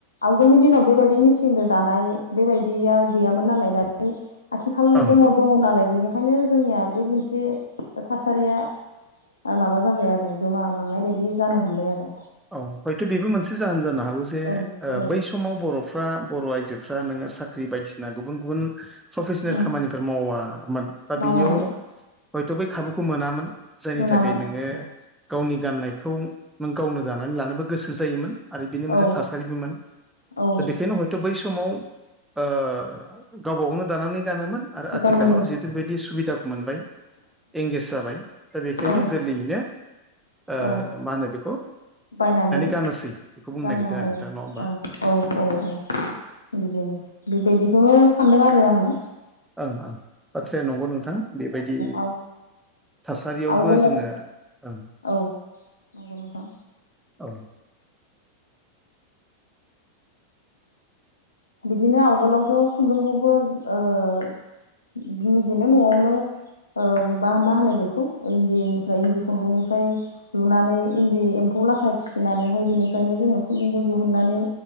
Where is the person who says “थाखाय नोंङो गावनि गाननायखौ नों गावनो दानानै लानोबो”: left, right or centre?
Centre